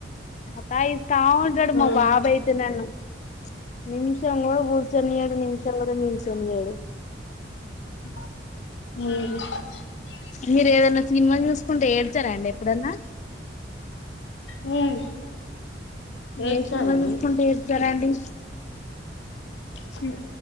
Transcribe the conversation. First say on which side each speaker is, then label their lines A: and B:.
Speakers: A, on the left; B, on the left.
A: అట్టా ఇస్తా ఉంటడు
B: హ్మ్.
A: మా బాబయితే నన్ను నిమిష్ చెంగుమని గూచ్ శని గాడు నించోని కూడా నించోనీయడు.
B: హ్మ్
A: మీరు ఏదన్నా సినిమా చూసుకుంటే ఏడ్చారా అండి ఎప్పుడన్నా
B: హ్మ్ ఏంటండి?
A: ఏ సినిమా చూసుకుంట ఏడ్చారండి.
B: సి